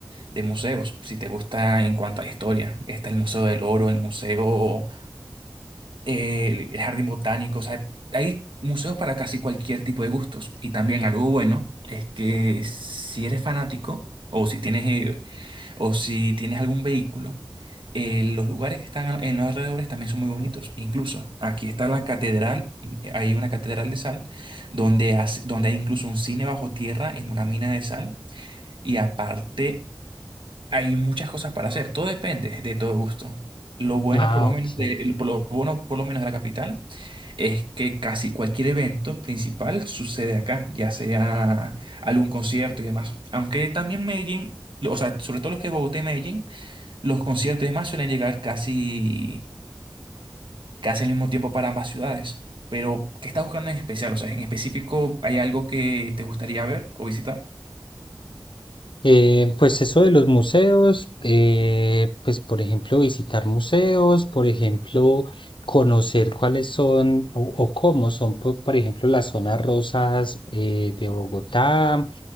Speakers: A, on the right (about 80°); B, on the left (about 80°).
A: de museos, si te gusta en cuanto a la historia. Está el Museo del Oro, el Museo, eh, el Jardín Botánico, o sea, hay museos para casi cualquier tipo de gustos. Y también algo bueno es que si eres fanático o si tienes eh, o si tienes algún vehículo, eh, los lugares que están a- en los alrededores también son muy bonitos. Incluso aquí está la catedral, eh, hay una catedral de sal, donde, hace- donde hay incluso un cine bajo tierra en una mina de sal. Y aparte, hay muchas cosas para hacer. Todo depende de todo gusto. Lo bueno,
B: Ah,
A: por lo menos,
B: ok.
A: de, por lo bueno, por lo menos de la capital es que casi cualquier evento principal sucede acá, ya sea algún concierto y demás. Aunque también Medellín, o sea, sobre todo los que es Bogotá y Medellín, los conciertos y demás suelen llegar casi, casi al mismo tiempo para ambas ciudades. Pero, ¿qué estás buscando en especial? O sea, en específico, ¿hay algo que te gustaría ver o visitar?
B: Eh, pues eso de los museos, eh, pues por ejemplo visitar museos, por ejemplo conocer cuáles son o, o cómo son, por, por ejemplo, las zonas rosas eh, de Bogotá,